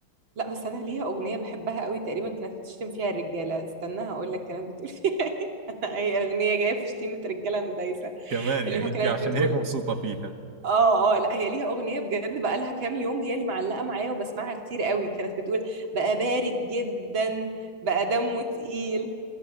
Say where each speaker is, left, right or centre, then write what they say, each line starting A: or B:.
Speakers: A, on the right; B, on the right.
A: لا بس انا ليها اغنيه بحبها قوي تقريبا كانت بتشتم فيها الرجاله استنى هقول لك كانت بتقول فيها ايه <laughs> اي اغنيه جايه في شتيمه رجاله انا دايسه
B: كمان يعني
A: اللي هو
B: انت
A: كانت
B: عشان
A: بتقول
B: هيك مبسوطه فيها
A: اه اه لا هي ليها اغنيه بجد بقى لها كام يوم هي اللي معلقه معايا وبسمعها كتير قوي كانت بتقول بقى بارد جدا بقى دمه تقيل